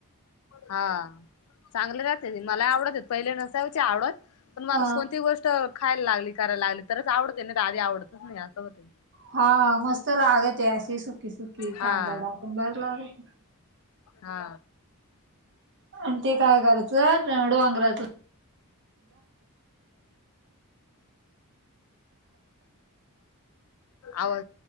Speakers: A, on the left (about 70°); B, on the right (about 55°).
A: हा चांगलं जाते. मला आवडत य पहिले नसाय आवडत. पण माणू
B: अ
A: कोणती गोष्ट खायला लागली करायला लागली. तरच आवडते ना द आधी आवडतच नाही असं होते
B: हा मस्त लागत आहे. अशी सुकीी सुकीी
A: हा
B: खांदा डाकण बर लागतं
A: हा
B: आणि ते काय करायचंड वांगरायचं
A: आवा